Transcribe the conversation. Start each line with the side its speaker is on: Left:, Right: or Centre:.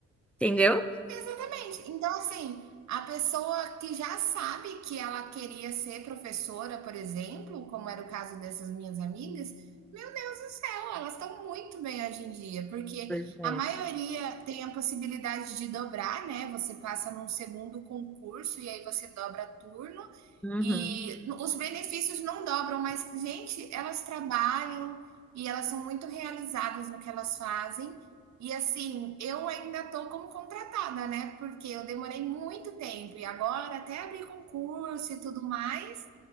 Centre: entendeu?
Right: Exatamente. Então, assim, a pessoa que já sabe que ela queria ser professora, por exemplo, como era o caso dessas minhas amigas, meu Deus do céu, elas estão muito bem hoje em dia, porque
Centre: Pois é.
Right: a maioria tem a possibilidade de dobrar, né? Você passa num segundo concurso e aí você dobra turno.
Centre: Uhum.
Right: E os benefícios não dobram, mas, gente, elas trabalham e elas são muito realizadas no que elas fazem. E assim, eu ainda tô como contratada, né? Porque eu demorei muito tempo e agora até abrir concurso e tudo mais,